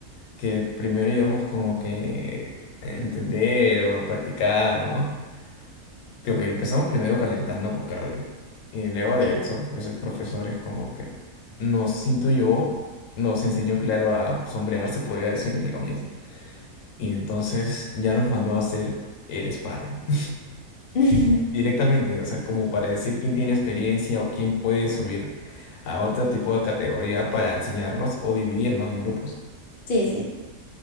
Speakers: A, on the left; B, on the left.
A: Que primero íbamos como que a entender o a practicar, ¿no? Creo que empezamos primero calentando con cardio. Y luego de
B: Sí.
A: eso, pues el profesor es como que nos intuyó, nos enseñó, claro, a sombrear se podría decir, entre comillas. Y entonces ya nos mandó a hacer el sparring.
B: <laughs>
A: directamente, o sea, como para decir quién tiene experiencia o quién puede subir a otro tipo de categoría para enseñarnos o dividirnos en grupos.
B: Sí, sí.